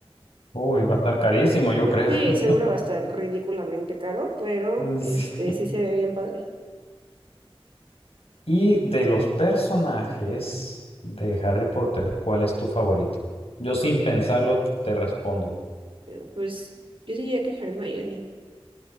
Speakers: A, on the left; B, on the right.
A: Uy, va a estar carísimo, yo creo.
B: Sí,
A: <laughs>
B: seguro va a estar ridículamente caro, pero
A: Sí.
B: este sí se ve bien padre.
A: Y de los personajes de Harry Potter, ¿cuál es tu favorito? Yo sin pensarlo te respondo.
B: Eh, Pues yo diría que Hermione.